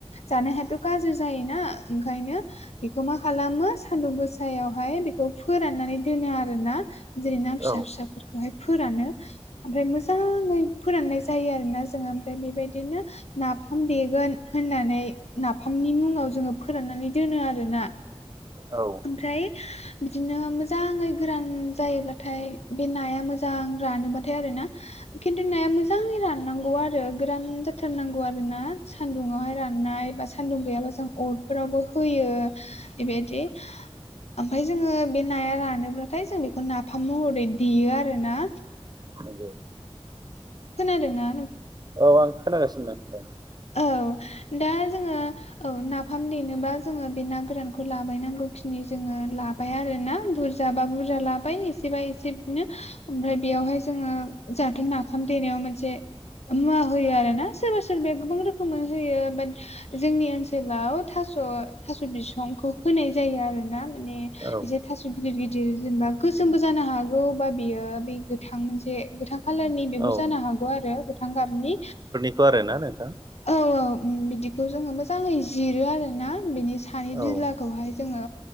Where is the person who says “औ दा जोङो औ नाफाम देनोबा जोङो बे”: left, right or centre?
Left